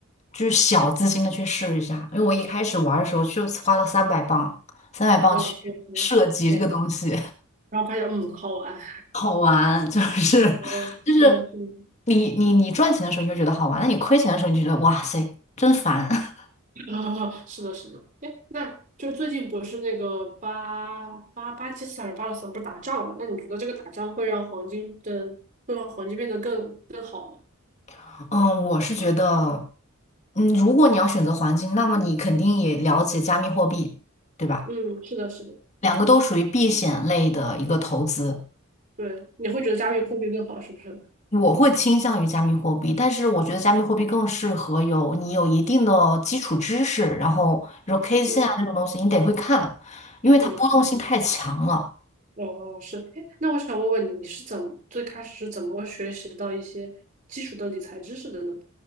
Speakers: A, on the left; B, on the right.
A: 就是小资金的去试一下，因为我一开始玩儿的时候就花了三百磅，三百磅去涉及这个东西。
B: 啊，对对对，然后发现嗯好玩，
A: 好玩，就是就是
B: 嗯，是的，是的
A: 你你你赚钱的时候你就觉得好玩，那你亏钱的时候你就觉得哇塞真烦。
B: <laughs> 啊，是的，是的，哎，那就最近不是那个巴巴巴基斯坦、巴勒斯坦不是打仗嘛？那你觉得这个打仗会让黄金的，会让黄金变得更更好吗？
A: <laughs> 嗯，我是觉得，嗯，如果你要选择黄金，那么你肯定也了解加密货币，对吧？
B: 嗯，是的，是的，
A: 两个都属于避险类的一个投资，
B: 对，你会觉得加密货币更好，是不是？
A: 我会倾向于加密货币，但是我觉得加密货币更适合有你有一定的基础知识，然后比如 K 线啊那种东西，
B: 嗯，
A: 你得会看，因为它波动性太强了。
B: 是的，是的，哦哦，是，哎，那我想问问你，你是怎么最开始是怎么学习到一些基础的的理财知识的呢？